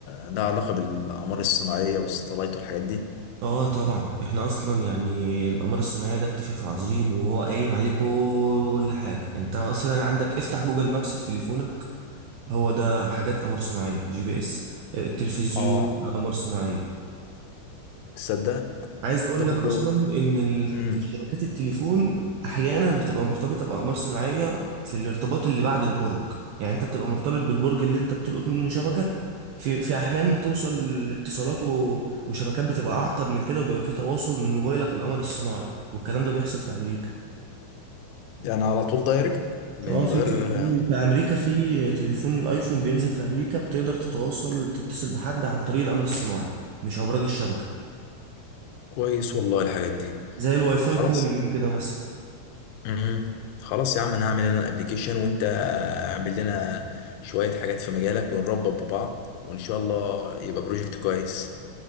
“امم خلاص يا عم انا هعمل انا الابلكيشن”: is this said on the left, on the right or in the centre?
Left